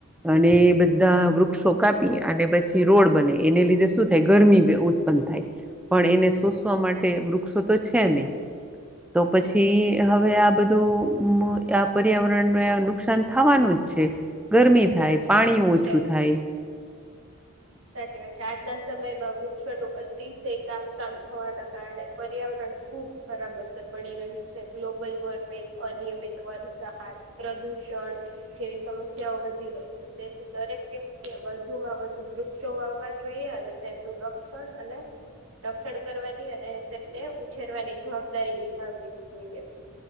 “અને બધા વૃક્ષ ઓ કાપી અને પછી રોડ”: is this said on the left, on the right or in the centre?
Centre